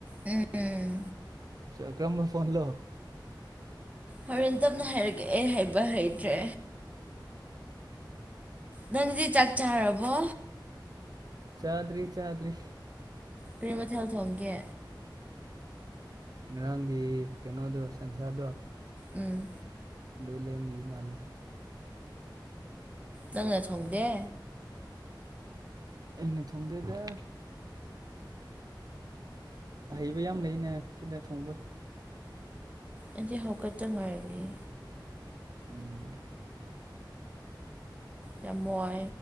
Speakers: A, on the right; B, on the right.
A: ꯎꯝ
B: ꯆꯀ꯭ꯔꯝꯕ ꯐꯣꯟ ꯂꯣ
A: ꯍꯣꯔꯦꯟ ꯇꯞꯅ ꯍꯥꯏꯔꯛꯒꯦ ꯑꯩ ꯍꯥꯏꯕ ꯍꯩꯇ꯭ꯔꯦ ꯅꯪꯗꯤ ꯆꯥꯛ ꯆꯥꯔꯕꯣ
B: ꯆꯥꯗꯔꯤ ꯆꯥꯗꯔꯤ
A: ꯀꯔꯤ ꯃꯊꯦꯜ ꯊꯣꯡꯒꯦ
B: ꯉꯔꯥꯡꯒꯤ ꯀꯩꯅꯣꯗꯣ ꯁꯟꯁꯥ ꯗꯣ
A: ꯎꯝ
B: ꯑꯗꯨ ꯂꯦꯝꯃꯤ ꯃꯥꯂꯦ
A: ꯅꯪꯅ ꯊꯣꯡꯗꯦ
B: ꯑꯩꯅ ꯊꯣꯡꯗꯦꯗ ꯍꯩꯕ ꯌꯥꯝ ꯂꯩꯅꯦ ꯁꯤꯗ ꯊꯣꯡꯕ
A: ꯑꯩꯗꯤ ꯍꯧꯀꯠꯇ ꯉꯥꯏꯔꯤꯌꯦ
B: ꯎꯝ
A: ꯌꯥꯝ ꯋꯥꯏ